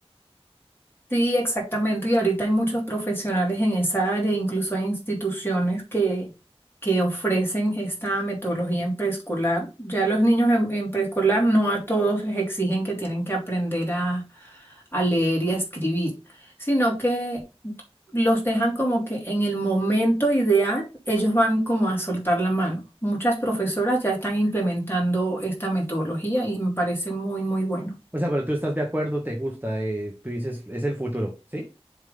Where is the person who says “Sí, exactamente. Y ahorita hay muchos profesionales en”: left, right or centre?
Left